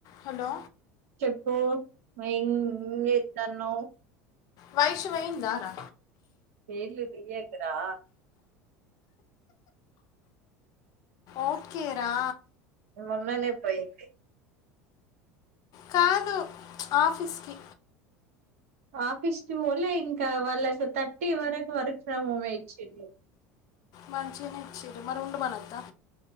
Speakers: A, on the left (about 55°); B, on the right (about 75°).
A: హలో
B: చెప్పు వైన్ ఏం చేత్తన్నావు
A: వైషు పోయిందా రా
B: పేర్లు తియ్యకు రా
A: ఓకే రా
B: మొన్ననే పోయింది
A: కాదు ఆఫీస్కి
B: ఆఫీస్కి పోలే ఇంకా వాళ్లకు థర్టీ వరకు వర్క్ ఫ్రమ్ హోమ్ ఎ ఇచ్చిర్రు.
A: మంచిగనే ఇచ్చిర్రు మరి ఉండుమనద్దా